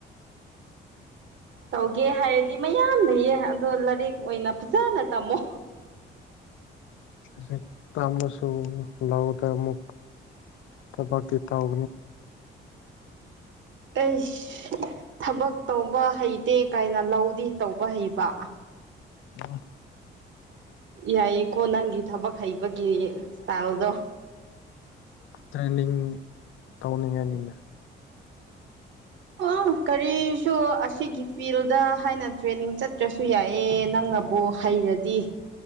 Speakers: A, on the right (about 70°); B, on the left (about 75°).
A: ꯇꯧꯒꯦ ꯍꯥꯏꯔꯗꯤ ꯃꯌꯥꯝ ꯂꯩꯌꯦ ꯑꯗꯣ ꯂꯥꯏꯔꯤꯛ ꯑꯣꯏꯅ ꯐꯖꯅ ꯇꯝꯃꯣ
B: ꯍꯧꯖꯤꯛ ꯄꯥꯝꯃꯁꯨ ꯂꯧꯗ ꯑꯃꯨꯛ ꯇꯧꯒꯅꯤ
A: ꯑꯩꯁ ꯊꯕꯛ ꯇꯧꯕ ꯍꯩꯇꯦ ꯀꯥꯏꯅ ꯂꯧꯗꯤ ꯇꯧꯕ ꯍꯩꯕ
B: ꯎꯝ
A: ꯌꯥꯏꯀꯣ ꯅꯪꯒꯤ ꯊꯕꯛ ꯍꯩꯕꯒꯤ ꯁꯇꯥꯏꯜꯗꯣ
B: ꯇ꯭ꯔꯦꯟꯅꯤꯡ ꯇꯧꯅꯤꯡꯉꯥꯏꯅꯤꯅ
A: ꯑꯣ ꯀꯔꯤꯁꯨ ꯁꯤꯒꯤ ꯐꯤꯜꯗ ꯍꯥꯏꯅ ꯇ꯭ꯔꯦꯅꯤꯡ ꯆꯠꯇ꯭ꯔꯁꯨ ꯌꯥꯏꯑꯦ ꯅꯪꯅꯕꯨ ꯍꯩꯔꯗꯤ